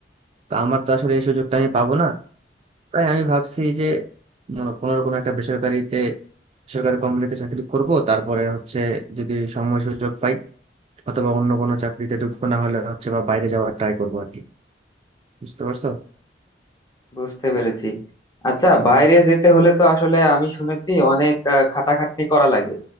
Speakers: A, on the right; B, on the left.
A: তো আমার তো আসলে এই সুযোগটা আমি পাবো না তাই আমি ভাবছি যে মনে- কোনো না কোনো একটা বেসরকারিতে বেসরকারি কোম্পানিতে চাকরি করব তারপরে হচ্ছে যদি সময় সুযোগ পাই অথবা অন্য কোনো চাকরিতে ঢুকবো না হলে হচ্ছে বা বাইরে যাওয়ার ট্রাই করবো আর কি বুঝতে পারছো
B: বুঝতে পেরেছি আচ্ছা
A: হুম।
B: বাইরে যেতে হলে তো আসলে আমি শুনেছি অনেক আহ, খাটাখাটনি করা লাগে